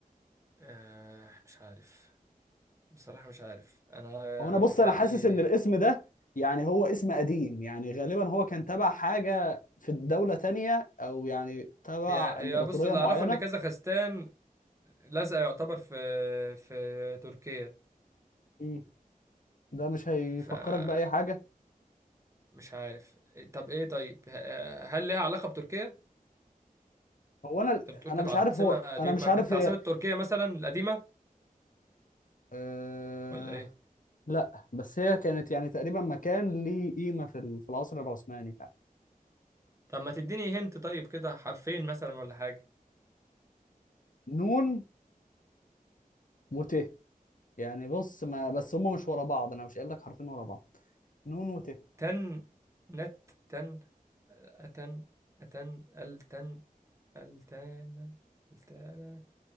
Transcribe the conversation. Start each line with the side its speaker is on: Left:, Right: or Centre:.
Right: آه مش عارف بصراحة مش عارف انا
Left: هو انا بص
Right: بيتهيألي
Left: انا حاسس ان الاسم ده يعني هو اسم قديم يعني غالبا هو كان تبع حاجة في الدولة تانية او يعني تبع
Right: هي
Left: امبراطورية
Right: هي بص اللي
Left: معينة
Right: اعرفه ان كازاخستان لازقة يعتبر في في تركيا
Left: مم. ده مش هيفكرك
Right: فمش
Left: بأي حاجة
Right: عارف طب ايه طيب ه- هل ليها علاقة بتركيا
Left: هو انا
Right: انت بتقول
Left: انا
Right: كانت
Left: مش
Right: عاصمة
Left: عارف هو
Right: قديمة
Left: انا مش عارف
Right: كانت
Left: هي
Right: عاصمة تركيا مثلا القديمة
Left: أه...
Right: ولا ايه
Left: لا بس هي كانت يعني تقريبا مكان ليه قيمة في ال- في العصر العثماني فعلا
Right: طب ما تديني هنت طيب كده حرفين مثلا ولا حاجة
Left: نون وت يعني بص ما بس هما مش ورا بعض انا مش قايل لك حرفين ورا بعض نون وت
Right: تن نت تن أتن أتن التن التان التانا